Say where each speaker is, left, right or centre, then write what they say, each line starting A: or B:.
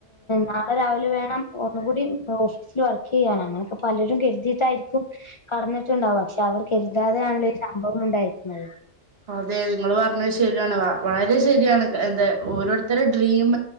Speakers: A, on the left; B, on the right.
A: നാളെ രാവിലെ വേണം ഒന്ന കൂടി ഓഫീസിൽ വർ ചെയ്യൻ അങ്ങനെയൊക്കെ പലരും കരുതിയിട്ടായിരിക്കും കടന്നിട്ടുണ്ടാവും പക്ഷെ അവർ കരുതാതെയാണല്ലോ സംഭവം ഉണ്ടായിരിക്കുന്നത്
B: അതെ നിങ്ങള് പറഞ്ഞത് ശരിയാണ വാ വളരെ ശരിയാണ് എന്താ ഓരോരുത്തരു ഡ്രീം